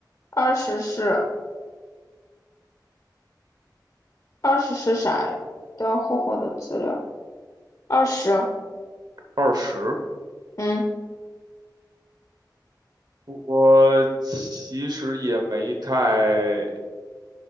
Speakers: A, on the left; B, on the right.
A: 二十是二十是啥呀？都要厚厚的资料。二十，
B: 二十，
A: 嗯
B: 我其实也没太。